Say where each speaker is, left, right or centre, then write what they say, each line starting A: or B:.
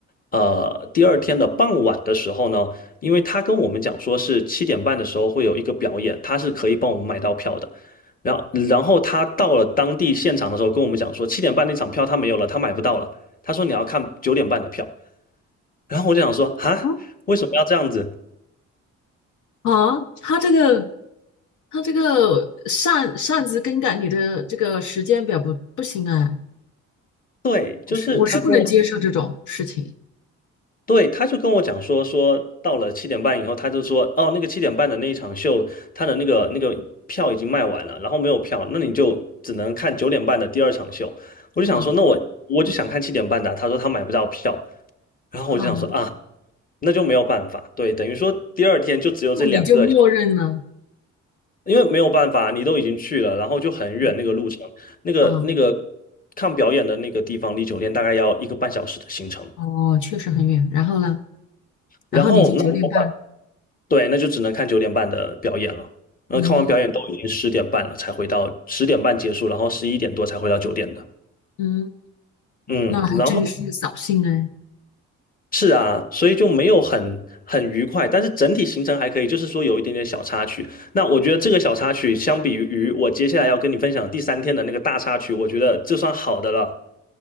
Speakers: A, on the left (about 30°); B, on the left (about 75°).
A: 呃第二天的傍晚的时候呢，因为他跟我们讲说是七点半的时候会有一个表演，他是可以帮我们买到票的。然后，然后他到了当地现场的时候跟我们讲说，七点半那场票他没有了，他买不到了。他说你要看九点半的票。然后我就想说，哈，
B: 嗯
A: 为什么要这样子？
B: 啊，他这个他这个擅擅自更改你的这个时间表不不行哎、
A: 对，
B: 我是我是不能接受这种事情
A: 就是他跟我对，他就跟我讲说，说到了七点半以后，他就说，哦，那个七点半的那一场秀，他的那个那个票已经卖完了，然后没有票，那你就只能看九点半的第二场秀。我就想说，
B: 啊
A: 那我我就想看七点半的啊他说他买不到票，然后我就想说啊，
B: 啊，
A: 那就没有办法，对，等于说第二天就只有这两个小
B: 就你就默认了，
A: 因为没有办法，你都已经去了，然后就很远那个路程，
B: 啊
A: 那个那个
B: 啊
A: 看表演的那个地方离酒店大概要一个半小时的行程。
B: 哦，确实很远。然后呢，
A: 然后那我办法
B: 然后你就九点半，
A: 对，那就只能看九点半的表演了。然后看完表演都已经十点半了，
B: 嗯
A: 才回到十点半结束，然后十一点多才回到九点的。
B: 嗯，
A: 嗯，
B: 那还真是扫兴哎。
A: 然后是啊，所以就没有很很愉快，但是整体行程还可以，就是说有一点点小插曲。那我觉得这个小插曲相比于我接下来要跟你分享第三天的那个大插曲，我觉得这算好的了。